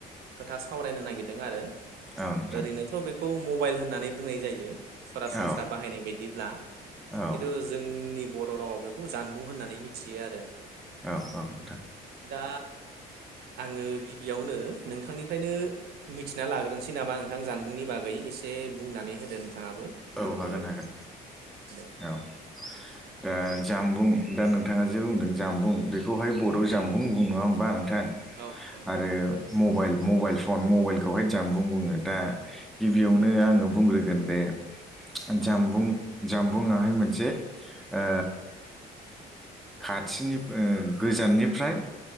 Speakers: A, on the right; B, in the centre.
A: खोथा सावरायनो नागिरदों आरो
B: औ नोंथां
A: ओरैनोथ' बेखौ मबाइल होननानै बुंनाय जायो । सरासनस्रा
B: औ
A: बाहायनाय बायदिब्ला
B: औ
A: किन्तु जोंनि बर' रावआव बेखौ जानबुं होननानै मिथियो आरो ।
B: औ औ नोंथां
A: दा आङो गिबियावनो नोंथांनिफ्रायनो मिथिना लाग्रोनोसै नामा नोंथां जानबुंनि बागै एसे बुंनानै होदो नोंथाङाबो
B: औ
A: आंबो
B: हागोन हागोन
A: दे
B: औ
A: <inaudible>
B: दा जामबुं दा नोंथाङा जे बुंदों जामबुं बेखौहाय बर' जामबुं बुंङो नङा होमबा नों थां
A: औ नोंथां
B: आरो
A: औ
B: मबाइल मबाइल फन मबाइलखौहाय जनबुं बुङो दा गिबियावनो आङो बुंग्रोगोन दे
A: औ
B: जामबुं जामबुंआ बाहाय मोनसे ओ खाथिनि गोजाननिफ्राय